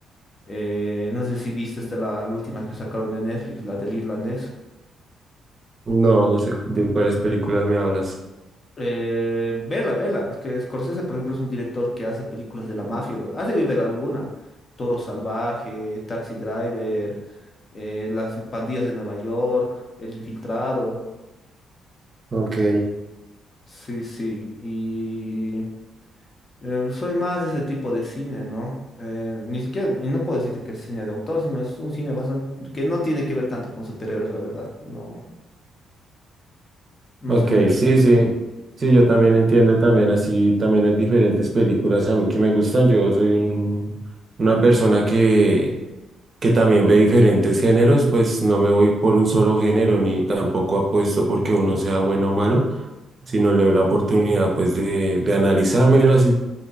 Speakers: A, on the left; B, on the right.
A: Eh, no sé si viste esta, la, la última que sacaron de Netflix, la del irlandés.
B: No, no sé de cuáles películas me hablas.
A: Eh, vela, vela. Es que Scorsese, por ejemplo, es un director que hace películas de la mafia. Has de ver alguna. Toro Salvaje, Taxi Driver, eh, las pandillas de Nueva York, El Infiltrado.
B: Ok,
A: Sí, sí. Y eh, soy más de ese tipo de cine, ¿no? Eh, ni siquiera, y no puedo decirte que es cine de autor, sino es un cine bastante que no tiene que ver tanto con superhéroes, la verdad. No, no
B: ok,
A: sé mucho.
B: sí, sí. Sí, yo también entiendo también así, también hay diferentes películas a mí que me gustan. Yo soy un, una persona que, que también ve diferentes géneros, pues no me voy por un solo género ni tampoco apuesto porque uno sea bueno o malo, sino le doy la oportunidad pues de, de analizarme los